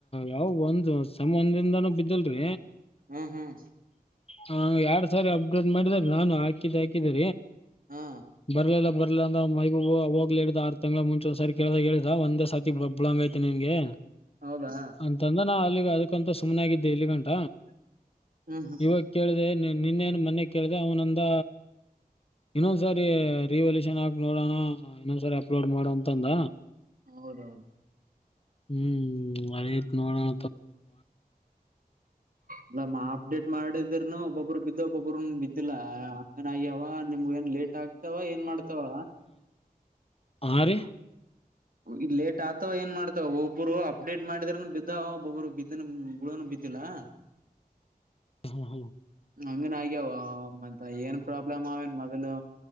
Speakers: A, on the left (about 40°); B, on the right (about 65°).
A: ಯಾವ ಒಂದು ಸಮನ್ದಿಂದಾನೂ ಬಿದ್ದಲ್ರಿ
B: ಹ್ಮ್ ಹ್ಮ್
A: ಹ ಎರಡ್ ಸಾರಿ ಅಪ್ಡೇಟ್ ಮಾಡಿದಾರ ನಾನು ಹಾಕಿದ್ದ ಹಾಕಿದ್ರ
B: ಹಾ
A: ಬರ್ಲಿಲ್ಲ ಬ ಇಲ್ಲ ಅಂದ ಮೈಗೂಬ ಹೋಗ್ಲಿ್ದ ಆರ್ ತಿಂಗಗಳಳ ಮುಂಚ ಒಂದ ಸರಿ ಕೇಳ್ದಾಗ ಹೇಳಿದ ಒಂದೇ ಸರ್ತಿ ಬಬ್ಳಂಗ ಐತಿ ನಿನ್ಗೆ
B: ಹೌದಾ
A: ಅಂತಂದ್ರ ನಾ ಅಲ್ಲಿಗೆ ಅದಕ್ಕಂತ ಸುಮ್ಮ್ನೆ ಆಗಿದ್ದೆ ಇಲ್ಲಿ ಗಂಟ
B: ಹ್ಮ್ ಹ್ಮ್
A: ಇವಾಗ ಕೇಳ್ದೆ ನಿನ್ನೇನು ಮೊನ್ನೆ ಕೇಳ್ದ ಅವ್ನಂದ ಇನ್ನೊಂದ್ಸರಿ ರಿವಲ್ಯೂಷನ್ ಆಕ್ ನೋಡೋಣ ಇನ್ನೊಂದ್ಸರಿ ಅಪ್ಲೋಡ್ ಮಾಡೋ ಅಂತಂದ
B: ಹೌದೌದು
A: ಹ್ಮ್ ಅೇತ್ ನೋಡೋಣ ಹ
B: ಇಲ್ಲ ಮಾ ಅಪ್ಡೇಟ್ ಮಾಡಿದ್ರನು ಒಬ್ಬೊಬ್ಬರು ಬಿದ್ದು ಒಬ್ಬೊಬ್ಬ್ರ ಬಿದ್ದಿಲ್ಲ ಅಂಗನ ಆಗ್ಯವ ನಿಮ್ಗ ಏನ್ ಲೇಟ್ ಆಗ್ತಾವ ಏನ್ ಮಾಡ್ತಾವ
A: ಆಾರೆ
B: ಇ ಲೇಟ್ ಆಗ್ತವ ಏನ್ ಮಾಡ್ತವ ಒಬ್ಬರು ಅಪ್ಡೇಟ್ ಮಾಡಿದಾರನು ಬಿದ್ದ ಒಬ್ಬೊಬ್ಬರು ಬಿದ್ದನ್ ಬುಡನು ಬ ಿಲ್ಲಾ
A: ಹಾ ಹಾ
B: ಹಂಗನ್ ಆಗ್ಯಾವ ಮ ಏನ್ ಪ್ರಾಬ್ಲಮ್ ಅವನ್ ಮೊದಲು